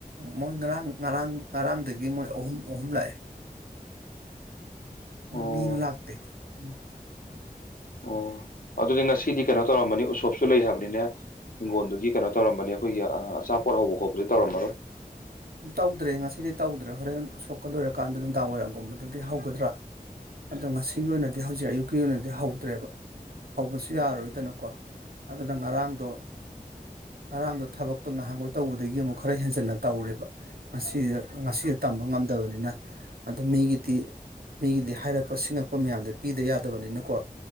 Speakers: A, on the right; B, on the left.
A: ꯃꯣꯏ ꯉꯔꯥꯡ ꯉꯔꯥꯡ ꯉꯔꯥꯡꯗꯒꯤ ꯃꯣꯏ ꯑꯍꯨꯝ ꯑꯍꯨꯝ ꯂꯥꯛꯑꯦ
B: ꯑꯣ
A: ꯃꯤ ꯂꯥꯛꯇ ꯎꯝ
B: ꯑꯣ ꯑꯗꯨꯗꯤ ꯉꯁꯤꯗꯤ ꯀꯩꯅꯣ ꯇꯧꯔꯝꯕꯅꯤ ꯎꯁꯣꯞꯁꯨ ꯂꯩ ꯍꯥꯏꯕꯅꯤꯅ ꯍꯤꯡꯒꯣꯜꯗꯨꯒꯤ ꯀꯩꯅꯣ ꯇꯧꯔꯝꯕꯅꯤ ꯑꯩꯈꯣꯏꯒꯤ ꯑꯆꯥꯄꯣꯠ ꯍꯧꯕ ꯈꯣꯠꯄꯗꯤ ꯇꯧꯔꯝꯃꯔꯣꯏ
A: ꯇꯧꯗ꯭ꯔꯦ ꯉꯁꯤꯗꯤ ꯇꯧꯗ꯭ꯔꯦ ꯍꯣꯔꯦꯟ ꯁꯣꯛꯀꯜ ꯂꯣꯏꯔꯀꯥꯟꯗ ꯅꯨꯡꯗꯥꯡ ꯋꯥꯏꯔꯝꯒꯨꯝꯕꯗꯗꯤ ꯍꯧꯒꯗ꯭ꯔꯥ ꯑꯗꯣ ꯉꯁꯤꯒꯤ ꯑꯣꯏꯅꯗꯤ ꯍꯧꯖꯤꯛ ꯑꯌꯨꯛꯀꯤ ꯑꯣꯏꯅꯗꯤ ꯍꯧꯗ꯭ꯔꯦꯕ ꯍꯧꯕꯁꯨ ꯌꯥꯔꯔꯣꯏꯗꯅꯀꯣ ꯑꯗꯨꯅ ꯉꯔꯥꯡꯗꯣ ꯑꯔꯥꯝꯗꯣ ꯊꯕꯛꯇꯣ ꯉꯍꯥꯟꯒꯣꯏ ꯇꯧꯕꯗꯒꯤ ꯑꯃꯨꯛ ꯈꯔ ꯍꯦꯟꯖꯟꯅ ꯇꯧꯔꯦꯕ ꯃꯁꯤꯗ ꯉꯁꯤꯗ ꯇꯝꯕ ꯉꯝꯗꯕꯅꯤꯅ ꯑꯗꯨ ꯃꯤꯒꯤꯗꯤ ꯃꯤꯒꯤꯗꯤ ꯍꯥꯏꯔꯛꯄ ꯁꯤꯡꯉꯛꯄ ꯃꯌꯥꯝꯗꯣ ꯄꯤꯗ ꯌꯥꯗꯕꯅꯤꯅꯀꯣ